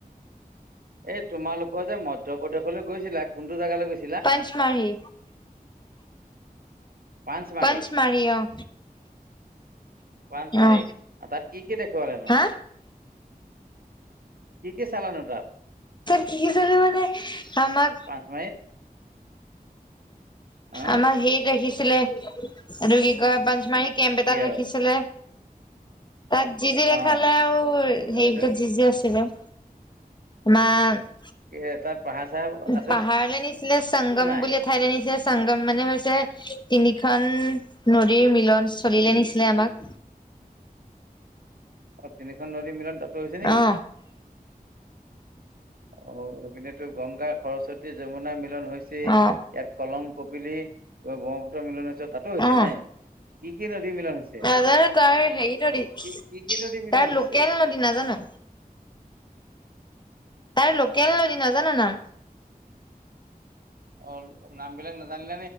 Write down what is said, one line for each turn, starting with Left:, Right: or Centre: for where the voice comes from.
Right: এই তোমালোকৰ যে মধ্য প্ৰদেশলৈ গৈছিলা কোনটো জেগালৈ গৈছিল?
Left: পঞ্চমঢি
Right: পাঞ্চমাৰী
Left: পঞ্চমঢ়ি অ',
Right: পাঞ্চমাৰী
Left: অ
Right: ত কি কি দেখিব লেনো?
Left: হা
Right: কি কি চালানো তাত?
Left: কি কি চো মানে আমাক
Right: পাঞ্চমাৰীত আহ
Left: আমাৰ সেইত ৰাখিছিলে এইটো কি কয় পাচমাৰী কেম্প এটাত
Right: কিহত
Left: ৰাখিছিলে। তাত জিজি
Right: আহ
Left: দেখালে আৰু
Right: তাৰপিছত
Left: সেই জিজি আছিলে। <unintelligible>
Right: এ তাত পাহাৰ চাহাৰ আছে
Left: পাহাৰ লেনিছিলে সংগম
Right: নে নাই
Left: বুলি ঠাইত নিছে সংগম মানে হৈছে তিনিখন নদীৰ মিলন। চলিলে
Right: উম
Left: নিছিলে আমাক।
Right: অ' তিনিখন নদী মিলন তাতো হৈছে নেকি?
Left: অ
Right: অ' সেইপনে তো গংগা সৰস্বতী যমুনা মিলন হৈছে।
Left: অ
Right: ইয়াক কলং কপিলি ব্ৰহ্মপুত্ৰ মিলন হৈছে তাত হৈছে
Left: অ
Right: কি কি নদী মিলন হৈছে?
Left: নাজানো তাৰ হেৰি নদী
Right: কি কি কি নদীৰ মিলন
Left: তাৰ
Right: হৈছে?
Left: লোকেল নদী নাজানো তাৰ নদী নাজানো নাম
Right: অ', নাম বিলাক নাজানিলা